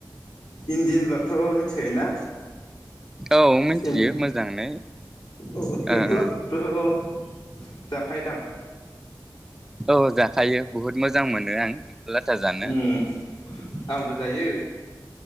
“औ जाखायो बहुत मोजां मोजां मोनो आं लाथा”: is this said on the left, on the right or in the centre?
Centre